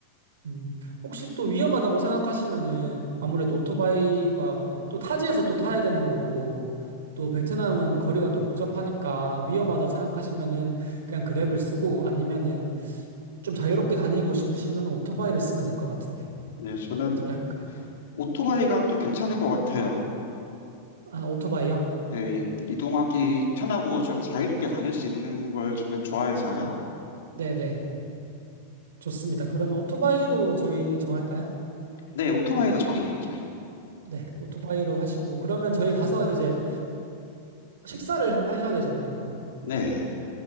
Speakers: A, on the right (about 75°); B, on the left (about 70°).
A: 음. 혹시 또 위험하다고 생각하시면은, 아무래도 오토바이가 또 타지에서 또 타야 되는 거고, 또 베트남은 거리가 또 복잡하니까 위험하다 생각하시면은 그냥 그랩을 쓰고 아니면은 좀 자유롭게 다니고 싶으시면 오토바이를 쓰면 될 것 같은데.
B: 네, 저는
A: 어떻게 할까요?
B: 오토바이가 또 괜찮을 것 같아요.
A: 아, 오토바이요?
B: 예, 이동하기 편하고 좀 자유롭게 다닐 수 있는 걸 저는 좋아해서요.
A: 네네. 좋습니다. 그러면 오토바이로 저희 정할까요?
B: 네, 오토바이로 정해요, 저희.
A: 네, 오토바이로 하시고 그러면 저희 가서 이제 식사를 하셔야 되잖아요.
B: 네.